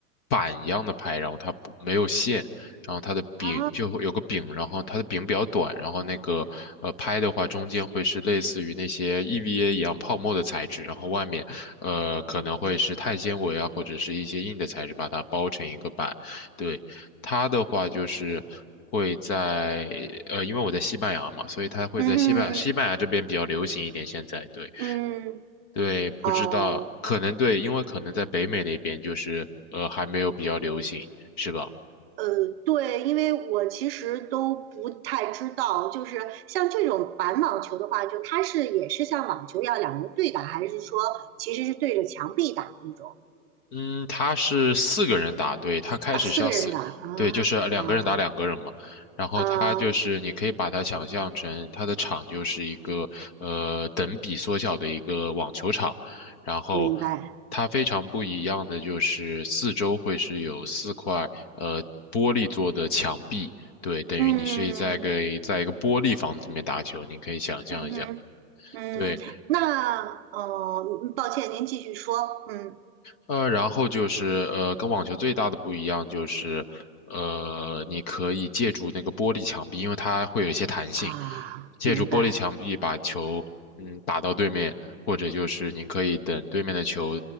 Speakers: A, on the left; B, on the right.
A: 板一样的拍，然后它不没有线，然后它的柄就会有个柄，
B: 啊
A: 然后它的柄比较短，然后那个呃拍的话，中间会是类似于那些 EVA 一样泡沫的材质，然后外面呃可能会是碳纤维啊或者是一些硬的材质把它包成一个板。
B: 啊，
A: 对，它的话就是。会在呃，因为我在西班牙嘛，所以它会在西班西班牙这边比较流行一点。
B: 嗯嗯
A: 现在对。
B: 嗯
A: 对，不知道，
B: 哦，
A: 可能对，因为可能在北美那边就是呃还没有比较流行，是吧？
B: 呃，对，因为我其实都不太知道，就是像这种板网球的话，就它是也是像网球一样两人对打，还是说其实是对着墙壁打那种
A: 嗯，他是四个人打，对，他开始是要四，
B: 啊？四个人打啊啊
A: 对，就是两个人打两个人嘛。然后他就是你可以把它想象成他的场就是一个呃等比缩小的一个网球场，
B: 啊，
A: 然后
B: 明白。
A: 它非常不一样的就是四周会是有四块呃玻璃做的墙壁，对，等于你是在给在一个玻璃房子里面打球，
B: 嗯
A: 你可以想象一下。
B: 嗯哼嗯，
A: 对，
B: 那哦，嗯抱歉，您继续说。嗯
A: 呃，然后就是呃，跟网球最大的不一样就是，呃，你可以借助那个玻璃墙壁，因为它会有一些弹性，
B: 啊，
A: 借助玻璃墙壁把球嗯打到对面，
B: 明白。
A: 或者就是您可以等对面的球